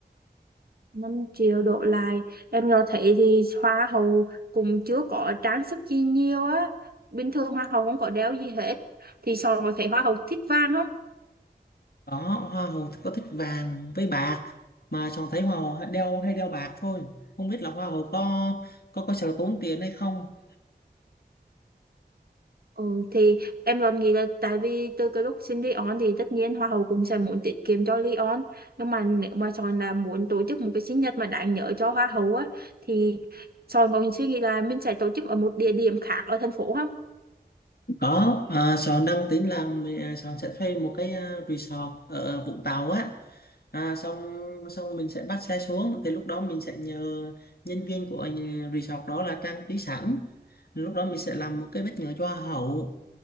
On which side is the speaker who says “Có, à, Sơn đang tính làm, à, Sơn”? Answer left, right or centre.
Left